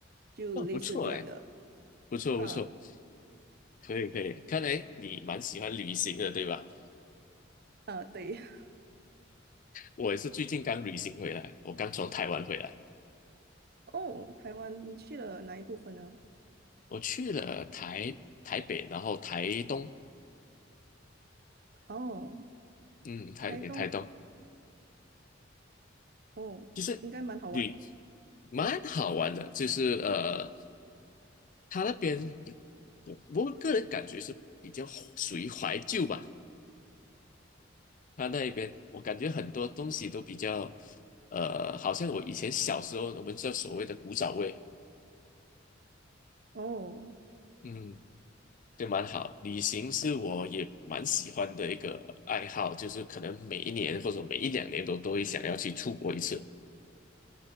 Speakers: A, on the right; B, on the left.
A: 就类似这样的。
B: 哦，不错哎，不错不错，
A: 啊
B: 可以可以，看来你蛮喜欢旅行的，对吧？
A: 啊，对。<laughs>
B: 我也是最近刚旅行回来，我刚从台湾回来，
A: 哦，台湾，你去了哪一部分呢？
B: 我去了台台北，然后台东，
A: 哦，
B: 嗯，台北台东
A: 台东，哦，
B: 就是旅
A: 应该蛮好玩的。
B: 蛮好玩的，就是呃，他那边我我个人感觉是比较属于怀旧吧，他那边我感觉很多东西都比较呃，好像我以前小时候我们知道所谓的古早味，
A: 哦
B: 嗯，就蛮好。旅行是我也蛮喜欢的一个爱好，就是可能每一年或者每一两年都都会想要去出国一次，